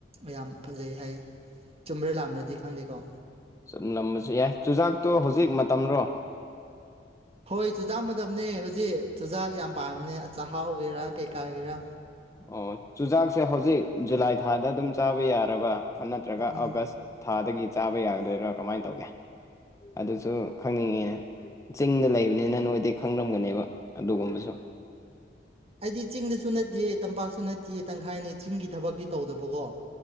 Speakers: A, on the right (about 35°); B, on the left (about 15°).
A: ꯌꯥꯝ ꯐꯖꯩ ꯍꯥꯏ ꯆꯨꯝꯕ꯭ꯔ ꯂꯥꯝꯕ꯭ꯔꯗꯤ ꯈꯪꯗꯦꯀꯣ
B: ꯆꯨꯝ ꯅꯝꯕꯁꯨ ꯌꯥꯏ ꯆꯨꯖꯥꯛꯇꯣ ꯍꯧꯖꯤꯛ ꯃꯇꯝꯔꯣ
A: ꯍꯣꯏ ꯆꯨꯖꯥꯛ ꯃꯇꯝꯅꯦ ꯍꯧꯖꯤꯛ ꯆꯨꯖꯥꯛ ꯌꯥꯝ ꯄꯥꯝꯕꯅꯦ ꯆꯥꯛꯍꯥꯎꯒꯦꯔꯥ ꯀꯩꯀꯥꯒꯤꯦꯔꯥ
B: ꯑꯣ ꯆꯨꯖꯥꯛꯁꯦ ꯍꯧꯖꯤꯛ ꯖꯨꯂꯥꯏ ꯊꯥꯗ ꯑꯗꯨꯝ ꯆꯥꯕ ꯌꯥꯔꯕ ꯅꯠꯇ꯭ꯔꯒ
A: ꯎꯝ
B: ꯑꯒꯁ ꯊꯥꯗꯒꯤ ꯆꯥꯕ ꯌꯥꯒꯗꯣꯏꯔꯥ ꯀꯃꯥꯏꯅ ꯇꯧꯒꯦ ꯑꯗꯨꯁꯨ ꯈꯪꯅꯤꯡꯉꯤ ꯆꯤꯡꯗ ꯂꯩꯕꯅꯤꯅ ꯅꯣꯏꯗꯩ ꯈꯪꯂꯝꯒꯅꯦꯕ ꯑꯗꯨꯒꯨꯝꯕꯁꯨ
A: ꯑꯩꯗꯤ ꯆꯤꯡꯗꯁꯨ ꯅꯠꯇꯦ ꯇꯝꯄꯥꯛꯁꯨ ꯅꯠꯇꯦ ꯇꯪꯈꯥꯏꯅꯤ ꯆꯤꯡꯒꯤ ꯊꯕꯛꯇꯤ ꯇꯧꯗꯕꯀꯣ